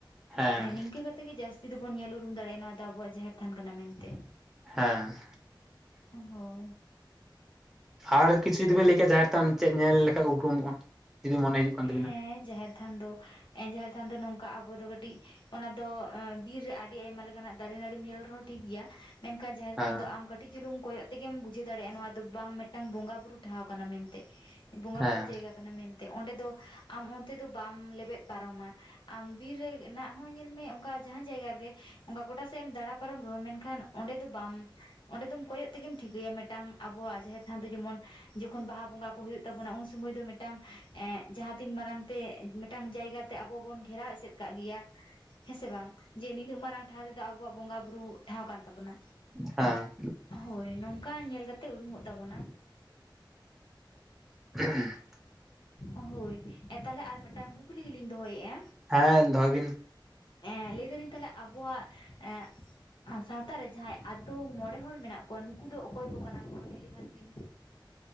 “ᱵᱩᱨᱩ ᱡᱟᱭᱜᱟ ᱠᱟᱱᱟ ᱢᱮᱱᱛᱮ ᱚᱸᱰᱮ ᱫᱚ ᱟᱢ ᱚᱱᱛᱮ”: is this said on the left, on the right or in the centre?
Left